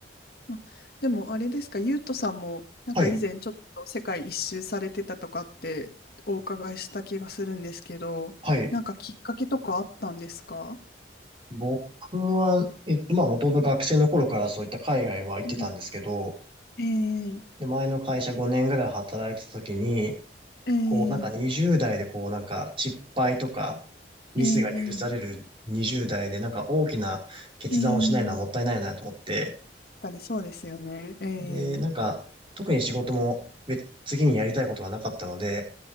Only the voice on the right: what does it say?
はい、はい。
僕は、えっと、まあ、もともと学生の頃からそういった海外は行ってたんですけど、
で、前の会社5年ぐらい働いてた時に、
こう、なんか20代でこう、なんか失敗とか、ミスが許される20代で、
なんか大きな決断をしないのはもったいないなと思って、
で、なんか、特に仕事も別、次にやりたいことがなかったので、